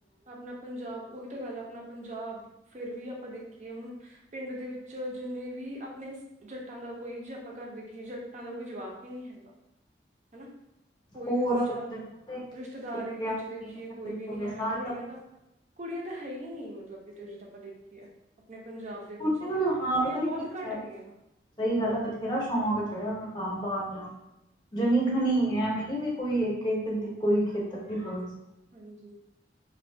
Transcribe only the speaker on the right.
ਆਪਣਾ ਪੰਜਾਬ, ਉਹੀ ਤਾਂ ਗੱਲ ਹੈ। ਆਪਣਾ ਪੰਜਾਬ ਫੇਰ ਵੀ ਆਪਾਂ ਦੇਖੀਏ ਹੁਣ ਪਿੰਡ ਦੇ ਵਿੱਚ, ਜਿੰਨੇ ਵੀ ਆਪਣੇ ਜੱਟਾਂ ਦਾ ਕੋਈ, ਜੇ ਆਪਾਂ ਘਰ ਦੇਖੀਏ, ਜੱਟਾਂ ਦਾ ਕੋਈ ਜਵਾਕ ਹੀ ਨਹੀਂ ਹੈਗਾ, ਹਨਾ। ਕੋਈ
ਵੀ ਬੱਚਾ
ਰਿਸ਼ਤੇਦਾਰੀ
ਦੇ
ਵਿੱਚ, ਦੇਖੀਏ
ਕੋਈ ਵੀ ਨੀ
ਹੈ।
ਤਾਂ, ਕੁੜੀਆਂ ਤਾਂ ਹੈ ਹੀ ਨੀ, ਮਤਲਬ ਕਿਤੇ ਜਦ ਆਪਾਂ ਦੇਖੀਏ, ਆਪਣੇ ਪੰਜਾਬ
ਦੇ ਵਿੱਚ,
ਕੁੜੀਆਂ
ਬਹੁਤ
ਘੱਟ ਗਈਆਂ।
ਹਾਂਜੀ,